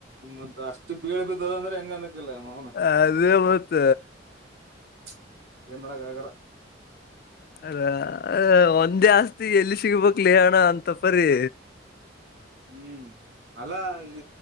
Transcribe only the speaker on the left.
ಅದೇ ಮತ್ತ
<unintelligible> ಅದ ಒಂದೇ ಆಸ್ತಿ ಎಲ್ಲಿ ಸಿಗ್ಬೇಕಕ್ಲಿ ಅಣ್ಣಾ ಅಂತಪ್ಪರಿ